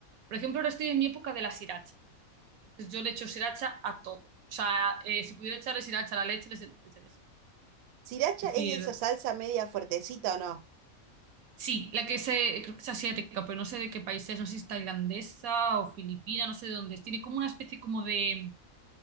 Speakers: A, on the right; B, on the right.
A: Por ejemplo, ahora estoy en mi época de la sriracha. Entonces yo le echo sriracha a todo. O sea, eh, si pudiera echarle sriracha a la leche, le se- le echaría sriracha.
B: ¿Sriracha
A: Es
B: es
A: decir,
B: esa salsa media fuertecita o no?
A: sí, la que se, creo que es asiática, pero no sé de qué país es, no sé si es tailandesa o filipina, no sé de dónde es. Tiene como una especie como de